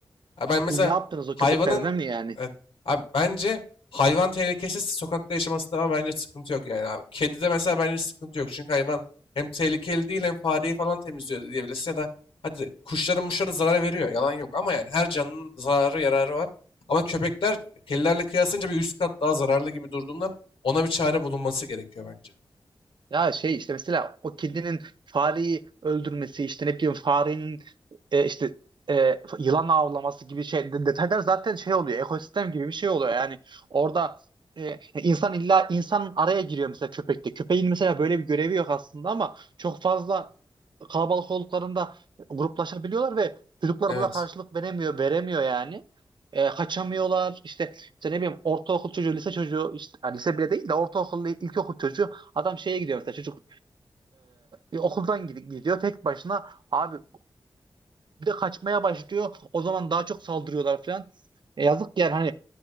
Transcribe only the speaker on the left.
Ha ben mesela
hayvanın
evet, abi bence hayvan tehlikesiz sokakta yaşaması ama bence sıkıntı yok yani abi. Kedi de mesela bence sıkıntı yok. Çünkü hayvan hem tehlikeli değil hem fareyi falan temizliyor diyebilirsin ya da hadi kuşların muşları zarar veriyor. Yalan yok ama yani her canlının zararı yararı var. Ama köpekler kedilerle kıyaslayınca bir yüz kat daha zararlı gibi durduğundan ona bir çare bulunması gerekiyor bence.
Evet.